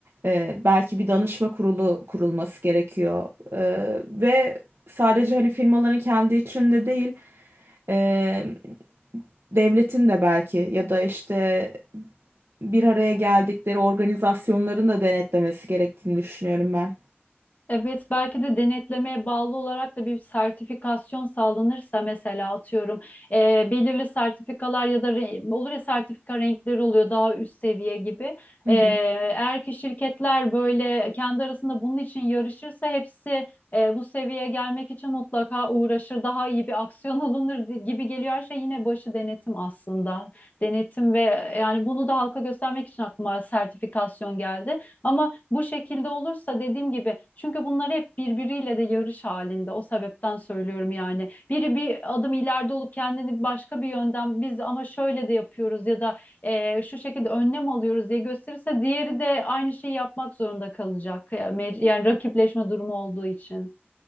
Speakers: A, on the right (about 65°); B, on the left (about 40°).
A: e, belki bir danışma kurulu kurulması gerekiyor. E, ve sadece hani firmaların kendi içinde değil, e, devletin de belki ya da işte bir araya geldikleri organizasyonların da denetlemesi gerektiğini düşünüyorum ben.
B: Evet, belki de denetlemeye bağlı olarak da bir sertifikasyon sağlanırsa mesela atıyorum eee, belirli sertifikalar ya da re- olur ya sertifika renkleri oluyor daha üst seviye gibi.
A: Hı
B: Eee,
A: hı.
B: eğer ki şirketler böyle kendi arasında bunun için yarışırsa hepsi eee, bu seviyeye gelmek için mutlaka uğraşır, daha iyi bir aksiyon <laughs> alınır di- gibi geliyor. Her şey yine başı denetim aslında. Denetim ve yani bunu da halka göstermek için aklıma sertifikasyon geldi. Ama bu şekilde olursa dediğim gibi çünkü bunlar hep birbiriyle de yarış halinde. O sebepten söylüyorum yani. Biri bir adım ileride olup kendini başka bir yönden biz ama şöyle de yapıyoruz ya da eee, şu şekilde önlem alıyoruz diye gösterirse diğeri de aynı şeyi yapmak zorunda kalacak. Ya, mec- Yani rakipleşme durumu olduğu için.